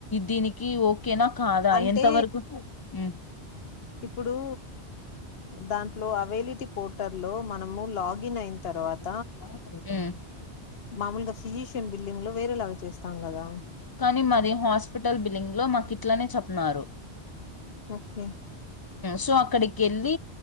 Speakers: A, on the left; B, on the left.
A: దీనికి ఓ ఓ కేనా కాదా
B: అంటే
A: ఎంత వరకు హ్మ్
B: ఇప్పుడు దాంట్లో అవైలిటీ పోర్టల్లో మనము లాగిన్ అయిన తర్వాత.
A: హ్మ్
B: మామూలుగా ఫిజీషన్ బిల్లింగ్ లో వే ఎలా చేస్తాం కదా.
A: కానీ మాది హాస్పిటల్ బిల్లింగ్ లో మాకి ఇట్లనే చెప్నారు.
B: ఓకే.
A: సో అక్కడికి వెళ్ళి